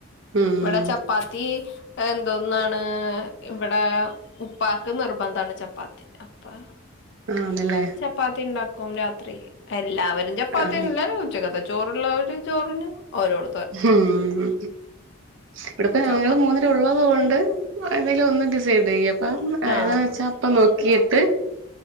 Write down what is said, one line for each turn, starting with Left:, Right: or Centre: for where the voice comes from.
Right: ഉം
Left: ഇവിടെ ചപ്പാത്തി എന്തോന്നാണ് ഇവിടെ ഉപ്പാക്ക് നിർബന്ധമാണ് ചപ്പാത്തി അപ്പൊ
Right: ആന്ന്ല്ലേ
Left: ചപ്പാത്തി ഉണ്ടാക്കും രാത്രി എല്ലാവരും ചപ്പാത്തില്ല
Right: ആഹ്
Left: ഉച്ചകത്തെ ചോ ചോറ് ഉള്ളത് ചോറിനും ഓരോട
Right: ഉം ഇവിടെപ്പം ഞങ്ങള്
Left: ചപ്പാത്തി
Right: മൂന്ന് പേര് ഉള്ളതുകൊണ്ട് ഏതെങ്കിലും ഒന്ന് ഡിസൈൻ ചെയ്യും അപ്പം
Left: ആഹ്
Right: ഏതാന്ന് വച്ചാ അപ്പം നോക്കിയിട്ട്